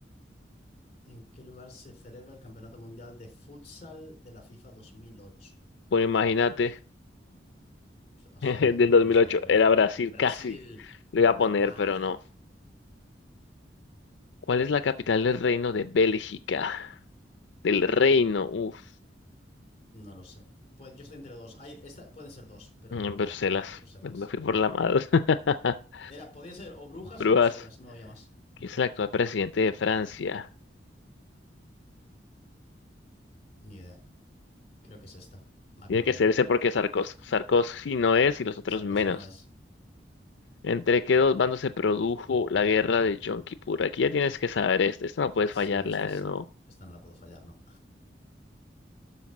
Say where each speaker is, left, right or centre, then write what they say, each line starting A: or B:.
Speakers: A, on the left; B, on the left.
A: ¿En qué lugar se celebra el Campeonato Mundial de Futsal de la FIFA 2008?
B: Bueno, imagínate,
A: Pues, A
B: <laughs>
A: saber,
B: del dos
A: vamos
B: mil ocho
A: a darle.
B: era
A: Fr-
B: Brasil,
A: Brasil,
B: casi le iba a poner,
A: toma.
B: pero no. ¿Cuál es la capital del reino de Bélgica? Del reino, uff.
A: No lo sé. Pues yo estoy entre dos. Ay, esta, pueden ser dos, pero
B: En
A: vale,
B: Bruselas,
A: ok, Bruselas.
B: me me fui por la madre. <laughs>
A: Era, podía ser o Brujas
B: Brujas,
A: o Bruselas, no había más.
B: que es el actual presidente de Francia.
A: Ni idea. Creo que es esta. Macron.
B: Tiene que ser ese porque Sarkozy,
A: Sí.
B: Sarkozy no es y los otros
A: Sarkozy
B: menos.
A: no es.
B: ¿Entre qué dos bandos se produjo la guerra de Yom Kippur? Aquí ya tienes que saber esto. Esta no puedes
A: Sí,
B: fallarla
A: esta
B: de
A: sí.
B: nuevo.
A: Esta no la puedo fallar, no.